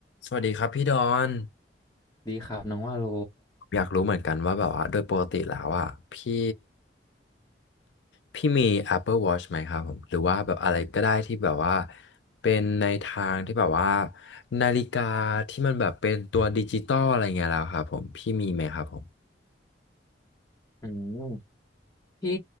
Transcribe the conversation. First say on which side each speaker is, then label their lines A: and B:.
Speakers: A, on the left (about 85°); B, on the left (about 15°).
A: สวัสดีครับพี่ดอน
B: ดีครับน้องว่าโล
A: ผมอยากรู้เหมือนกันว่าแบบว่าโดยปกติแล้วอ่ะพี่พี่มี Apple Watch ไหมครับผมหรือว่าแบบอะไรก็ได้ที่แบบว่าเป็นในทางที่แบบว่านาฬิกาที่มันแบบเป็นตัวดิจิตอลอะไรเงี้ยแล้วครับผมพี่มีไหมครับผม
B: อืมพี่